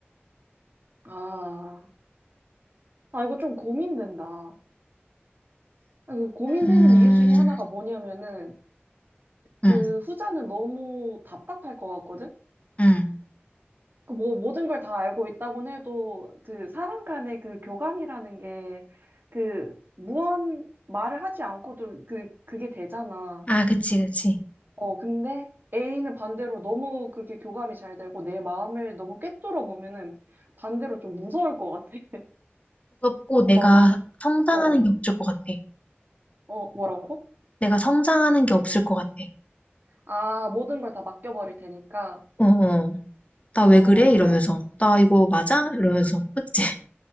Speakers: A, on the right; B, on the left.
A: 아, 아, 이거 좀 고민된다. 아, 그 고민되는
B: 음,
A: 이유 중에 하나가 뭐냐면은, 그
B: 음,
A: 후자는 너무 답답할 것 같거든?
B: 음.
A: 그 뭐 모든 걸 다 알고 있다곤 해도 그 사람 간의 그 교감이라는 게 그 무언 말을 하지 않고도 그 그게 되잖아.
B: 아 그치 그치
A: 어 근데 A는 반대로 너무 그렇게 교감이 잘 되고 내 마음을 너무 꿰뚫어 보면은 반대로 좀 무서울 것 같아. <laughs>
B: 무섭고
A: 그거
B: 내가
A: 막
B: 성장하는
A: 어어
B: 게 없을 것 같아
A: 어 어, 뭐라고?
B: 내가 성장하는 게 없을 것 같아
A: 아 모든 걸 다 맡겨버릴 테니까.
B: 어어 나
A: 아
B: 왜 그래
A: 맞아
B: 이러면서
A: 맞아.
B: 나 이거 맞아 이러면서 그치 <laughs>